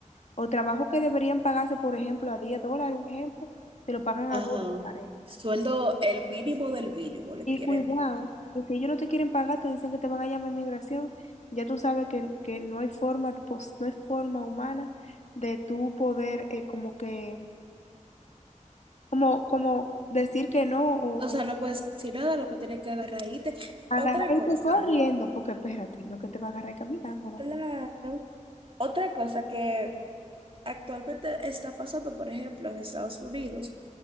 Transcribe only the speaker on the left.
O trabajo que deberían pagarse, por ejemplo, a 10 dólares, un ejemplo, te lo pagan
a 2 dólares.
Y
cuidado,
que si ellos no te quieren pagar, te dicen que te van a llamar a inmigración. Ya tú sabes que, que no hay forma, pos- no hay forma humana de tú poder eh, como que, como, como decir que no o,
o
agarrar
y
irte corriendo, porque espérate, no que te va a agarrar caminando, ¿no?